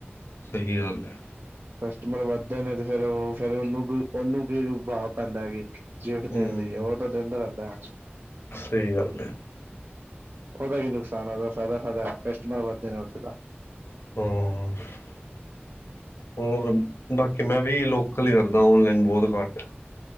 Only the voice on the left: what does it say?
ਸਹੀ, ਗੱਲ ਹੈ।
ਹਮ
ਸਹੀ, ਗੱਲ ਹੈ।
<unintelligible> ਕਿ ਮੈਂ ਵੀ ਲੋਕਲ ਹੀ ਕਰਦਾ, ਓਨਲਾਈਨ ਬਹੁਤ ਘੱਟ